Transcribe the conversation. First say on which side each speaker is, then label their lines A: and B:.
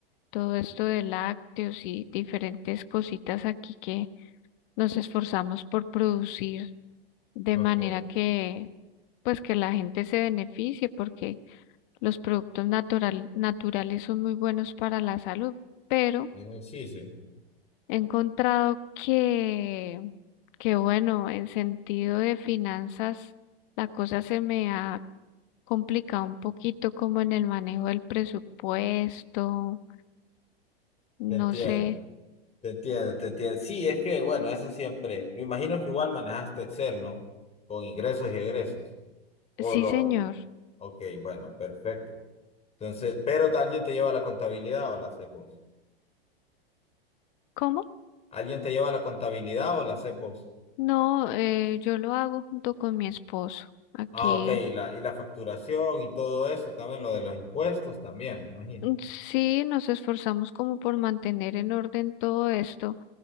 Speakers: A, on the left; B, on the left.
A: todo esto de lácteos y diferentes cositas aquí que nos esforzamos por producir de
B: Ok,
A: manera que pues que la gente se beneficie porque los productos natural- naturales son muy buenos para la salud, pero
B: Digo, sí, sí,
A: he encontrado que, que bueno, en sentido de finanzas, la cosa se me ha complicado un poquito como en el manejo del presupuesto, no
B: te entiendo,
A: sé.
B: te entiendo, te entiendo. Sí, es que, bueno, eso siempre, me imagino que igual manejaste Excel, ¿no? Con ingresos y egresos. O
A: Sí,
B: lo,
A: señor.
B: ok, bueno, perfecto. Entonces, pero alguien te lleva la contabilidad o la haces vos.
A: ¿Cómo?
B: ¿Alguien te lleva la contabilidad o la haces vos?
A: No, eh, yo lo hago junto con mi esposo. Aquí
B: Ah, ok, y la, y la facturación y todo eso, también lo de los impuestos también, me imagino.
A: Mm, Sí, nos esforzamos como por mantener en orden todo esto,